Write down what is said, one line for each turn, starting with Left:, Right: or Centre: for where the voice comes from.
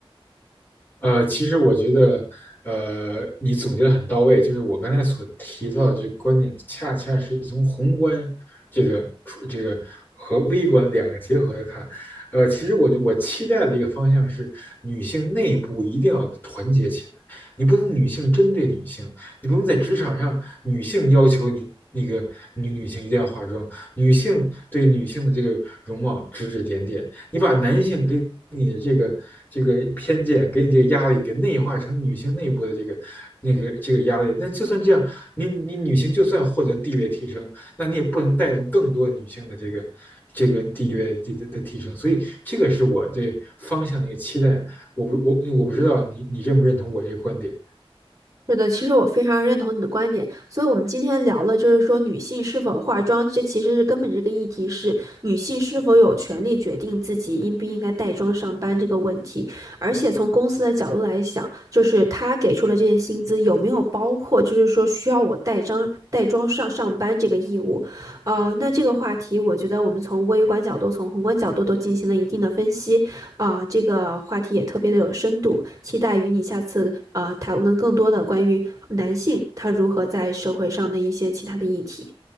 Left: 呃，其实我觉得，呃，你总结的很到位。就是我刚才所提到的这个观点，恰恰是从宏观这个出这个和微观两个结合着看。呃，其实我就我期待的一个方向是，女性内部一定要团结起来。你不能女性针对女性，你不能在职场上女性要求你那个女女性一定要化妆，女性对女性的这个容貌指指点点。你把男性给你的这个这个偏见，给你这个压力，给内化成女性内部的这个那个这个压力。那就算这样，你你女性就算获得地位提升，那你也不能带动更多女性的这个这个地位的的提升。所以这个是我对方向的一个期待。我不我我不知道你你认不认同我这个观点。
Right: 是的，其实我非常认同你的观点，所以我们今天聊了，就是说女性是否化妆，这其实是根本这个议题是女性是否有权利决定自己应不应该带妆上班这个问题。而且从公司的角度来想，就是他给出了这些薪资有没有包括，就是说需要我带妆带妆上上班这个义务。呃，那这个话题，我觉得我们从微观角度、从宏观角度都进行了一定的分析。啊，这个话题也特别的有深度，期待与你下次啊讨论更多的关于男性他如何在社会上的一些其他的议题。